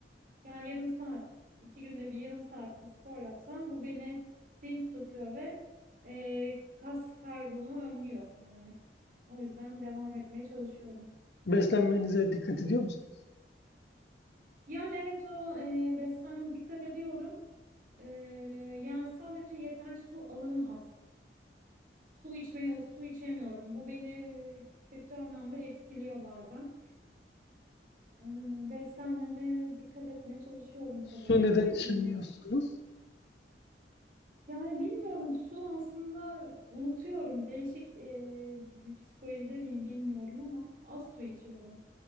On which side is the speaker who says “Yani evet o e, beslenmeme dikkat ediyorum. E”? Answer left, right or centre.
Right